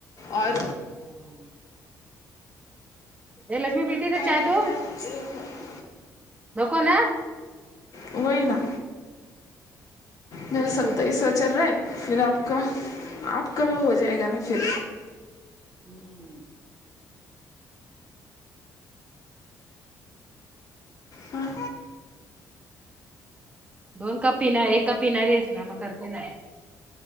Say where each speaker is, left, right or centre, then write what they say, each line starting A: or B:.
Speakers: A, on the left; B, on the right.
A: اور
B: ہاں یہ لکشمی پیتی نہ چائے
A: بھی
B: تو
A: بنا رکھو
B: نکو نا
A: وہی نا میرا
B: وہ بھی
A: ستوائیس
B: پوچھتی
A: واں چل رہا ہے پھر آپ کا آپ کا بھی ہو جائے گا نا پھر
B: ھمم
A: ہاں
B: دوکپ پینا ہے ایک کپ پینا ہے